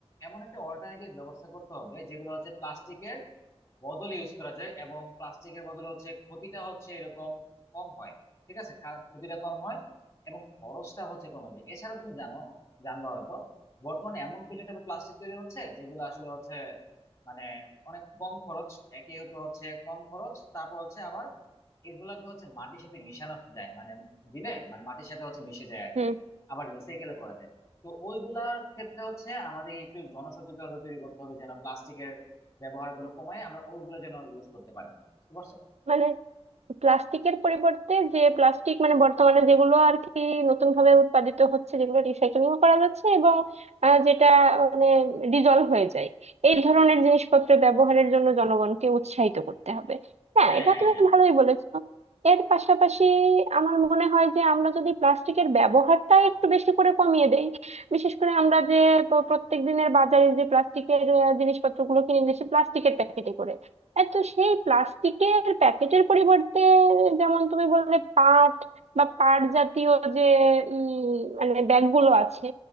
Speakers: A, on the left; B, on the right.
A: এমন একটা অল্টারনেটিভ ব্যবস্থা করতে হবে যেগুলো হচ্ছে প্লাস্টিকের বদল ইউজ করা যায় এবং প্লাস্টিকের বদলে হচ্ছে ক্ষতিটা হচ্ছে এরকম কম হয় ঠিক আছে কা- ক্ষতিটা কম হয় এবং খরচটা হচ্ছে কমে যায় এছাড়া তুমি জানো জানবা হয়তো বর্তমানে এমন কিছু টাইপের প্লাস্টিক তৈরি হচ্ছে যেগুলো আসলে হচ্ছে মানে অনেক কম খরচ একই হতে হচ্ছে কম খরচ তারপর হচ্ছে আবার এগুলাকে হচ্ছে মাটির সাথে মিশানো যায় মানে দিলে মানে মাটির সাথে হচ্ছে মিশে যায় আর
B: হুম
A: কি আবার রিসাইকেল করা যায় তো ওইগুলার ক্ষেত্রে হচ্ছে আমাদের একটু জনসচেতনতা তৈরি করতে হবে যেন প্লাস্টিকের ব্যবহার গুলো কমায় আমরা ওইগুলো যেন ইউজ করতে পারি বুঝতে পারছো
B: মানে প্লাস্টিকের পরিবর্তে যে প্লাস্টিক মানে বর্তমানে যেগুলো আর কি নতুন ভাবে উৎপাদিত হচ্ছে যেগুলো রিসাইক্লিং করা যাচ্ছে এবং আহ, যেটা মানে ডিজলভ হয়ে যায় এই ধরনের জিনিসপত্র ব্যবহারের জন্য জনগণকে উৎসাহিত করতে হবে হ্যাঁ
A: হ্যাঁ
B: এটা
A: হ্যাঁ
B: তুমি
A: হ্যাঁ
B: ভালোই বলেছো এর পাশাপাশি আমার মনে হয় যে আমরা যদি প্লাস্টিকের ব্যবহারটা একটু বেশি করে কমিয়ে দেই বিশেষ করে আমরা যে প- প্রত্যেক দিনের বাজারে যে প্লাস্টিকের জিনিসপত্রগুলো কিনে নিচ্ছি প্লাস্টিকের প্যাকেটে করে আর তো সেই প্লাস্টিকের প্যাকেটের পরিবর্তে যেমন তুমি বললে পাট বা পাট জাতীয় যে উম, মানে ব্যাগগুলো আছে